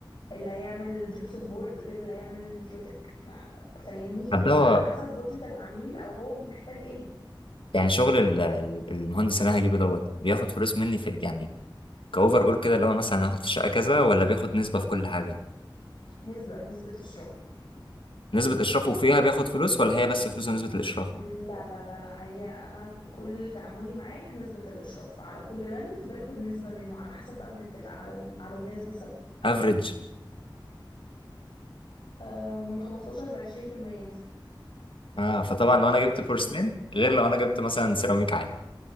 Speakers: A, on the left; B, on the left.
A: اللي هيعمل جبسون بورد غير اللي هيعمل فيوتك ما- فاهمني
B: طب ده
A: فعلى
B: هو
A: حسب بودجت العميل او هو محتاج ايه
B: يعني شغل ال- ال- المهندس اللي انا هجيبه دوت بياخد فلوس مني في يعني كاوفر اول كده اللي هو مثلا هاخد في الشقه كذا ولا بياخد نسبه في كل حاجه
A: نسبة نسبة اشراف
B: نسبه اشرافه فيها بياخد فلوس ولا هي بس فلوس ونسبه الاشراف
A: لا لا لا لا هي انا كل تعاملي معاك نسبة الاشراف على كل بند باخد نسبة منه على حسب بقى بنتفق على ال- على النسبة سوا
B: افريج
A: آه من 15 ل 20% مثلا
B: اه فطبعا لو انا جبت
A: كتير
B: بورسلين غير لو انا جبت مثلا سيراميك عادي